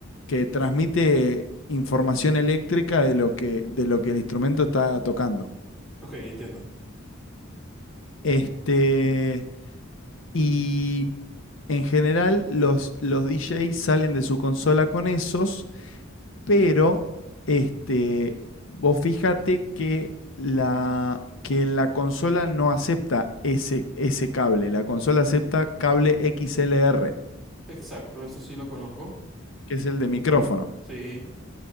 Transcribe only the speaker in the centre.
Ok, entiendo.
Exacto, eso sí lo conozco.
Sí.